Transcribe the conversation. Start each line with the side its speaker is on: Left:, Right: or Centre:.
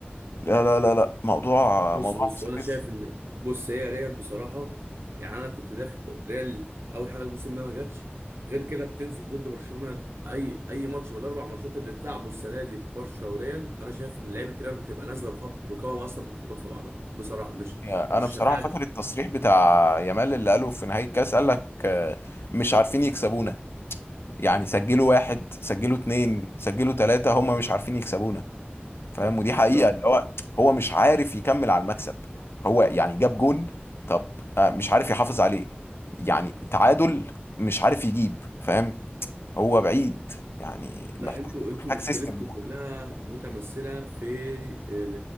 Left: لا لا لا لا موضوع
Right: بص
Left: موضوع
Right: بص
Left: مستفز
Right: وانا شايف ان بص هي ريال بصراحه يعني انا كنت داخل ريال اول حاجه الموسم ده ما جاتش غير كده بتنزل ضد برشلونه اي اي ماتش من الاربع ماتشات اللي اتلعبوا السنه دي ببرشا وريال انا شايف ان لعيبه ريال بتبقى نازله ركبها ركبها اصلا بتخبط في بعضها بصراحه مش
Left: يا-
Right: مش
Left: انا
Right: عشان
Left: بصراحه
Right: حاجه
Left: فاكر التصريح بتاع يامال اللي قاله في نهايه الكاس قال لك آه، مش عارفين يكسبونا يعني سجلوا واحد سجلوا اتنين سجلوا تلاتة هم مش عارفين يكسبونا فاهم ودي
Right: بالظبط
Left: حقيقة اللي هو هو مش عارف يكمل على المكسب هو يعني جاب جون طب آه، مش عارف يحافظ عليه يعني تعادل مش عارف يجيب فاهم هو بعيد يعني محتاج
Right: لا انتوا انتوا
Left: محتاج
Right: مشكلتكم
Left: سيستم
Right: كلها متمثله في ال-